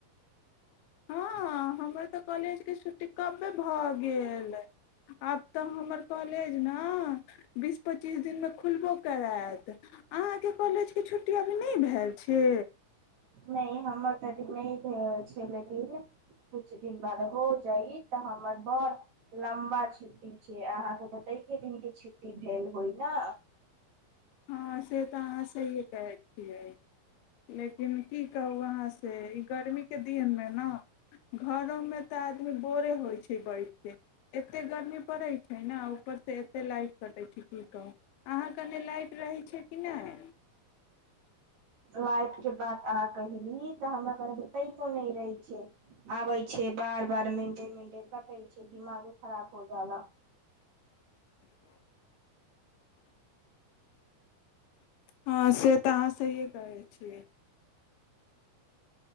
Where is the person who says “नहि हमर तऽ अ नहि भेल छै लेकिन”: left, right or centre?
Right